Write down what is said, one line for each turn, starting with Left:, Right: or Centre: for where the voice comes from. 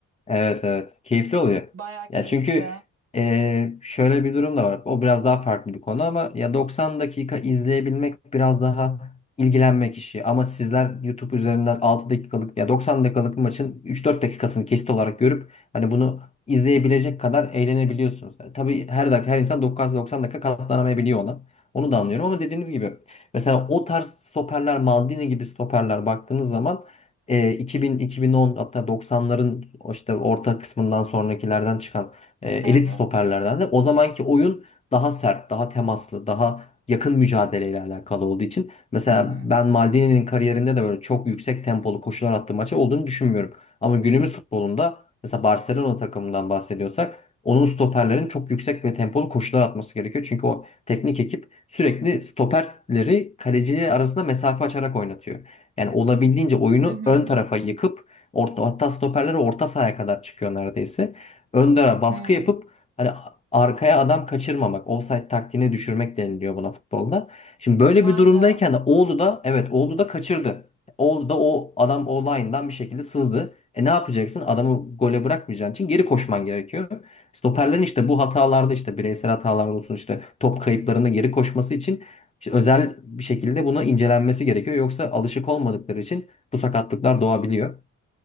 Left: Evet evet. Keyifli oluyor.
Right: Bayağı
Left: Ya
Right: keyifli.
Left: çünkü eee, şöyle bir durum da var. O biraz daha farklı bir konu ama ya 90 dakika izleyebilmek biraz daha ilgilenmek işi. Ama sizler YouTube üzerinden 6 dakikalık ya 90 dakikalık bir maçın 3-4 dakikasını kesit olarak görüp hani bunu izleyebilecek kadar eğlenebiliyorsunuz. Yani tabii her dakika her insan 90 dakika katlanamayabiliyor ona. Onu da anlıyorum ama dediğiniz gibi mesela o tarz stoperler Maldini gibi stoperler baktığınız zaman e, 2000, 2010 hatta 90'ların o işte orta kısmından sonrakilerden çıkan e, elit
Right: Evet.
Left: stoperlerden de o zamanki oyun daha sert, daha temaslı, daha yakın mücadeleyle alakalı olduğu için mesela
Right: Hı hı.
Left: ben Maldini'nin kariyerinde de böyle çok yüksek tempolu koşular attığı maçı olduğunu düşünmüyorum. Ama günümüz futbolunda mesela Barcelona takımından bahsediyorsak onun stoperlerin çok yüksek ve tempolu koşular atması gerekiyor. Çünkü o teknik ekip sürekli stoperleri kaleciyle arasında mesafe açarak oynatıyor. Yani olabildiğince oyunu
Right: Hı hı.
Left: ön tarafa yıkıp orta, hatta stoperleri orta sahaya kadar çıkıyor neredeyse. Öndere baskı
Right: Hı.
Left: yapıp hani arkaya adam kaçırmamak, offside taktiğini düşürmek deniliyor buna futbolda. Şimdi böyle
Right: Vay
Left: bir durumdayken
Right: be.
Left: de Oğlu da evet Oğlu da kaçırdı. Oğlu da o adam o line'dan bir şekilde sızdı. E ne yapacaksın? Adamı gole bırakmayacağın için geri koşman gerekiyor. Stoperlerin işte bu hatalarda işte bireysel hatalar olsun işte top kayıplarında geri koşması için işte özel bir şekilde buna incelenmesi gerekiyor. Yoksa alışık olmadıkları için bu sakatlıklar doğabiliyor.